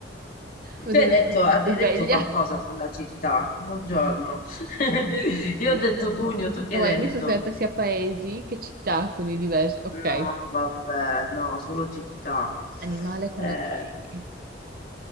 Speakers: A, on the right; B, on the left.
A: Vedo
B: tu hai
A: che
B: detto,
A: sono
B: hai detto
A: sveglia,
B: qualcosa con la città. Buongiorno. <laughs> Io
A: giusto?
B: ho detto Cugno, tu che
A: No,
B: hai
A: ma
B: detto?
A: io mi sono sentita sia paesi che città, quindi diverse, ok.
B: No, vabbè, no, solo città.
A: Animale con
B: Eh,
A: la C,